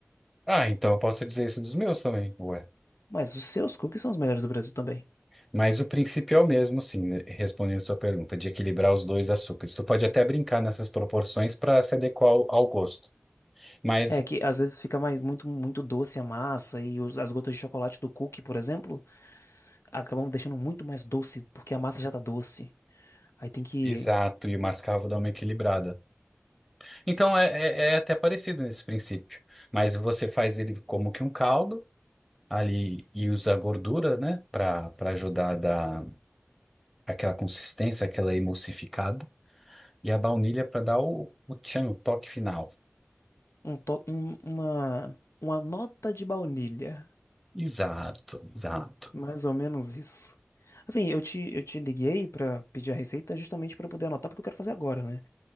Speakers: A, in the centre; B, on the left.
A: Ah, então eu posso dizer isso dos meus também, ué.
B: Mas os seus cookies são os melhores do Brasil também.
A: Mas o princípio é o mesmo, sim, né, respondendo a sua pergunta, de equilibrar os dois açúcares. Tu pode até brincar nessas proporções para se adequar ao ao gosto. Mas,
B: É que às vezes fica mais muito muito doce a massa e os- as gotas de chocolate do cookie, por exemplo, acabam deixando muito mais doce porque a massa já tá doce. Aí tem que
A: exato, e o mascavo dá uma equilibrada. Então é, é é até parecido nesse princípio. Mas você faz ele como que um caldo. ali e usar gordura, né, para para ajudar a dar aquela consistência, aquela emulsificada, e a baunilha para dar o, o tchan, o toque final.
B: um, to- um- uma uma nota de baunilha,
A: Exato, exato.
B: mais ou menos isso. Assim, eu te, eu te liguei pra pedir a receita justamente pra eu poder anotar porque eu quero fazer agora, né?